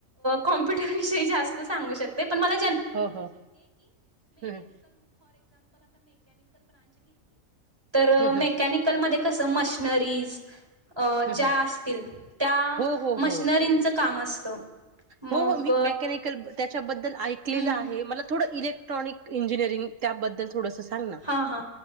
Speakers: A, on the right; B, on the right.
A: कॉम्प्युटर विषयी जास्त सांगू शकत ज मा
B: हो हो हम्म
A: मर
B: हम्म हम्म
A: म स मशनरीज अ ज्या
B: हम्म
A: असतील त्या
B: हो हो
A: मशनरींचं
B: हो
A: काम असतं मग
B: हो हो मी मेकॅनिकल त्याच्याबद्दल ऐकलेलं
A: हम्म
B: आहे मला थोडं इलेक्ट्रॉनिक इंजिनिअरिंग त्याबद्दल थोडंसं सांग ना
A: हा हा